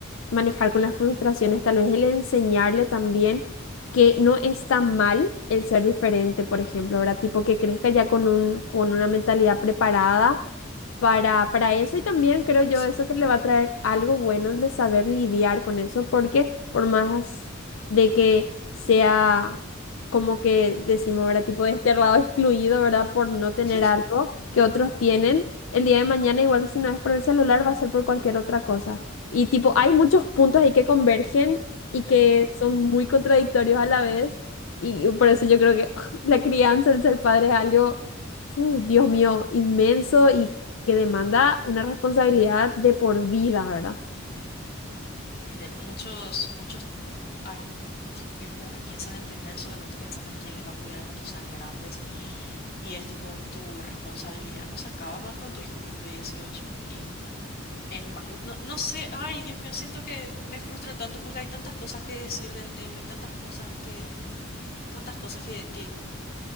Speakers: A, on the left; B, on the left.
A: manejar con las frustraciones, tal vez el enseñarle también que no está mal el ser diferente, por ejemplo, ¿verdad? Tipo que crezca ya con un, con una mentalidad preparada para, para eso y también creo yo
B: sí.
A: eso que le va a traer algo bueno el de saber lidiar con eso, porque por más de que sea como que decimos, ¿verdad? Tipo desterrado, <laughs> excluido, ¿verdad? Por no tener
B: <laughs>
A: algo que otros tienen, el día de mañana igual si no es por el celular va a ser por cualquier otra cosa. Y tipo, hay muchos puntos ahí que convergen y que
B: Ujú.
A: son muy contradictorios a la vez y por eso yo creo que <laughs> la crianza, el ser padre es algo... Fu, Dios mío, inmenso y que demanda una responsabilidad de por vida, ¿verdad?
B: De muchos, muchos, ac- tipo que como que piensan en tener solamente pensando en quién les va a cuidar cuando sean grandes. Y es tipo tu responsabilidad no se acaba cuando tu hijo cumple dieciocho Y es ma- no, no sé, ay, Dios mío, siento que me frustra tanto porque hay tantas cosas que decir del tema y tantas cosas que, tantas cosas que, que